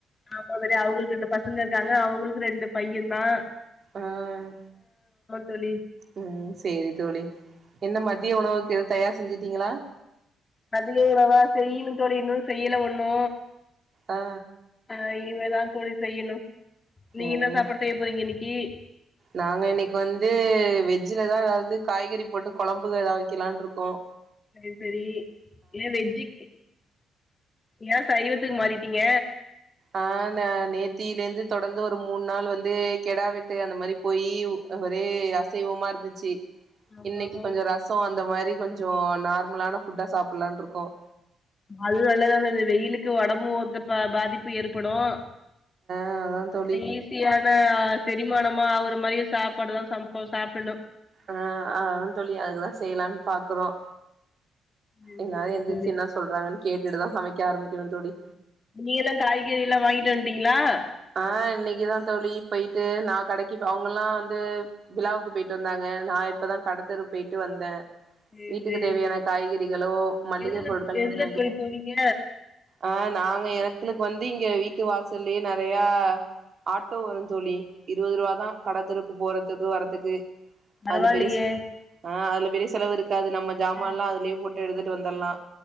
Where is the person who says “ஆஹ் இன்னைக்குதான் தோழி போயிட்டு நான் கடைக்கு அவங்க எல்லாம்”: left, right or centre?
Right